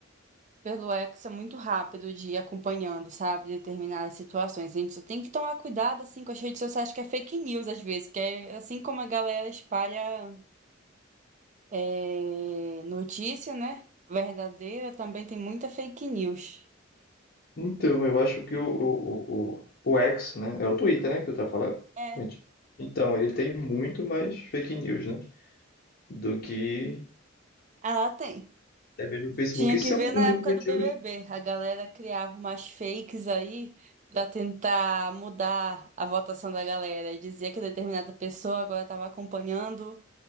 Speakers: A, on the right; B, on the left.
A: Pelo X é muito rápido de ir acompanhando, sabe, determinadas situações. A gente só tem que tomar cuidado, assim, com as redes sociais que é fake news, às vezes, que é assim como a galera espalha é, notícia, né? Verdadeira, também tem muita fake news.
B: então, eu acho que o, o, o, o o X, né? É o Twitter, né? Que tu tá falando?
A: É.
B: Gente, Então, ele tem muito mais fake news, né? Do que
A: Ah, tem.
B: até mesmo o Facebook.
A: Tinha
B: Isso
A: que ver
B: é um
A: na
B: um dos
A: época
B: motivos.
A: do BBB. A galera criava umas fakes aí pra tentar mudar a votação da galera. E dizia que determinada pessoa agora estava acompanhando,